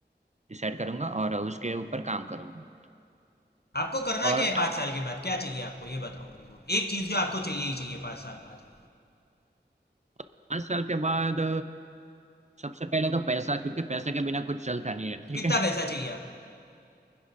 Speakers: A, on the right; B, on the left.
A: डिसाइड करूंगा और उसके ऊपर काम करूंगा
B: आपको करना
A: और
B: क्या है पाँच साल के बाद क्या चाहिए आपको ये बताओ मेरे को एक चीज जो आपको चाहिए ही चाहिए पाँच साल बाद
A: पाँच साल के बाद सबसे पहले तो पैसा क्योंकि पैसे के बिना कुछ चलता नहीं है ठीक
B: कितना
A: है
B: पैसा चाहिए आपको